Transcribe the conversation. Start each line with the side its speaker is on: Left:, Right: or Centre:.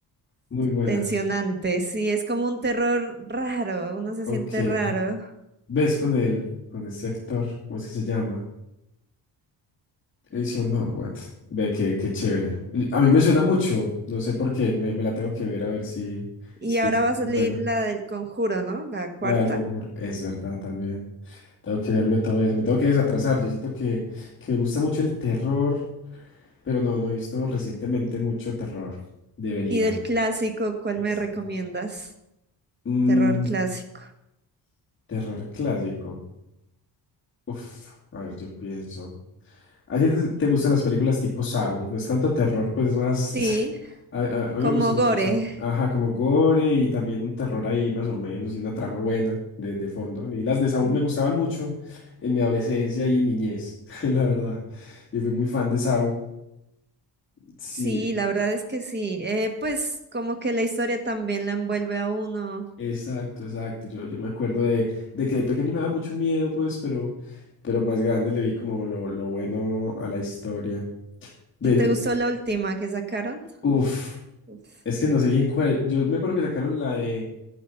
Left: muy buena.
Right: Tensionante, sí, es como un terror raro, uno se
Left: Ok.
Right: siente raro.
Left: ¿Ves con él, con ese actor? ¿Cómo es que se llama? Edición Norwood. Ve que qué chévere. Y A mí me suena mucho. No sé por qué. Me, me la tengo que ver a ver si,
Right: Y
Left: si,
Right: ahora
Left: si es
Right: va
Left: tan
Right: a salir
Left: buena.
Right: la del Conjuro, ¿no? La cuarta.
Left: La del Conjuro. Es verdad también. Tengo que verme todo eso. Me tengo que desatrasar. Yo siento que, que me gusta mucho el terror, pero no, no he visto recientemente mucho terror. Debería.
Right: Y del clásico, ¿cuál
Left: Exacto.
Right: me recomiendas?
Left: Mm,
Right: Terror clásico.
Left: terror clásico. Uf, a ver, yo pienso. ¿A ti te, te gustan las películas tipo Saw? No es tanto terror, pues es más...
Right: Sí,
Left: <laughs> A, a- a
Right: como
Left: mí me gusta mucho
Right: Gore.
Left: Saw. Ajá, como gore y también un terror ahí más o menos y una trama buena de, de fondo. A mí las de Saw
Right: Mm,
Left: me gustaban mucho en mi adolescencia y niñez, <laughs> la verdad. Yo fui muy fan de Saw. Sí,
Right: Sí, la verdad es que sí. Eh, pues como que la historia también la envuelve a uno.
Left: exacto, exacto. Yo, yo me acuerdo de, de que de pequeño me daba mucho miedo, pues, pero, pero más grande le vi como lo, lo bueno a la historia. Ve-
Right: ¿Y te gustó la última que sacaron?
Left: Uf,
Right: Uf.
Left: es que no sé bien cuál... Yo me acuerdo que sacaron la de...